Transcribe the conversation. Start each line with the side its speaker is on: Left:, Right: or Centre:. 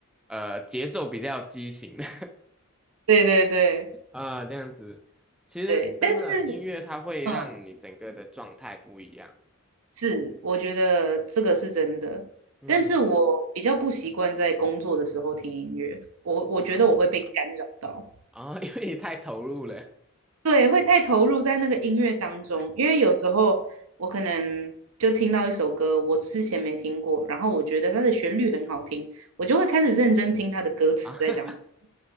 Centre: 呃节奏比较畸形的
Right: 对对对
Centre: <laughs> 啊、这样子。其实真的音乐它会让你整个的状态不一样。
Right: 对，但是。嗯。是，我觉得这个是真的，
Centre: 嗯。
Right: 但是我比较不习惯在工作的时候听音乐，我我觉得我会被干扰到，
Centre: 啊。啊、因为你太投入了，
Right: 对，会太投入在那个音乐当中，
Centre: <laughs> 对，
Right: 因为有时候我可能就听到一首歌，我之前没听过，然后我觉得它的旋律很好听，我就会开始认真听它的歌词在讲什么，
Centre: 啊。